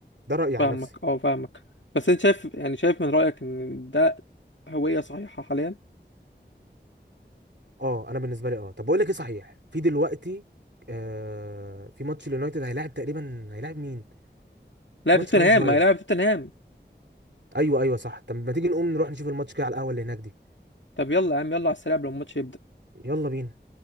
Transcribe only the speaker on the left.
فاهمك
اه فاهمك بس انت شايف يعني شايف من رايك ان ده هويه صحيحه حاليا
لاعب
توتنهام
هيلاعب توتنهام
طب يلا يا عم يلا على السريع قبل ما الماتش يبدأ.